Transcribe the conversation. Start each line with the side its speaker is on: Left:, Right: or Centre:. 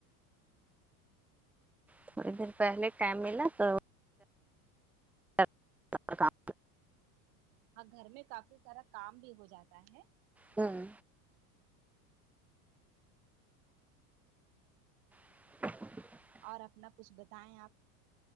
Centre: تھوڑی دیر پہلے ٹائم ملا تو کا آپکا کام
Right: ہاں گھر میں کافی سارا کام بھی ہو جاتا ہے
Centre: ہوں <inaudible>
Right: اور اپنا کچھ بتائیں آپ